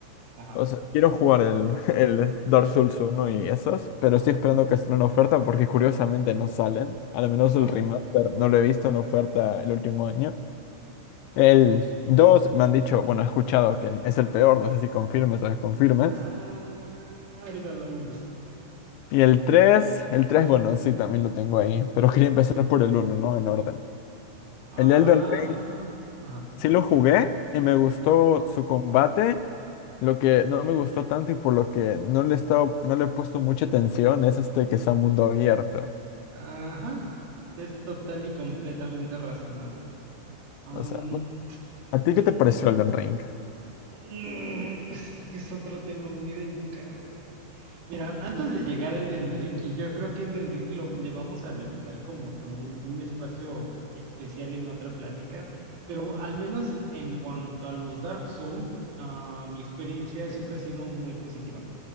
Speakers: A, on the right; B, on the left.
A: Ajá,
B: O sea, quiero jugar el, <laughs> el Dark Souls uno y esos, pero estoy esperando que estén en oferta porque curiosamente no salen. Al menos
A: ajá.
B: el remaster no lo he visto en oferta el último año. El 2 me han dicho, bueno, he escuchado que es el peor, no sé si confirmes o desconfirmes.
A: Ah, ahorita hablamos de eso.
B: Y el 3 el tres bueno, sí, también lo tengo ahí, pero quería empezar por el uno ¿no? En orden.
A: Ah,
B: El Elden Ring
A: ajá.
B: sí lo jugué y me gustó su combate. Lo que no me gustó tanto y por lo que no le he estado, no le he puesto mucha atención es este que sea mundo abierto.
A: Ajá, es total y completamente razonable. Am,
B: O sea, bu- ¿a ti qué
A: mm,
B: te pareció Elden Ring?
A: mm, es que es otro tema muy delicado. Mira, antes de llegar al Elden Ring, y yo creo que Elden Ring lo- le vamos a dedicar como que un, un espacio especial en otra plática, pero al menos en cuanto a los Dark Souls, ah, mi experiencia siempre ha sido muy positiva.